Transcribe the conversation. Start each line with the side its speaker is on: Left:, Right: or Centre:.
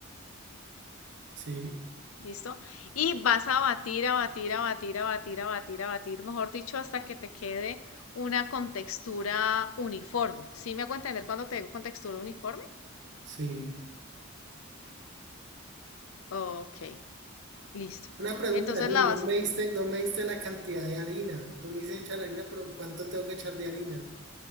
Right: Sí,
Left: ¿listo? Y vas a batir, a batir, a batir, a batir, a batir, a batir, mejor dicho, hasta que te quede una contextura uniforme. ¿Sí me hago entender cuando te digo contextura uniforme?
Right: sí.
Left: Ok, listo.
Right: Una pregunta,
Left: Entonces
Right: Yuri,
Left: la vas...
Right: no me diste, no me diste la cantidad de harina. Tú me dices echar la harina, pero ¿cuánto tengo que echar de harina?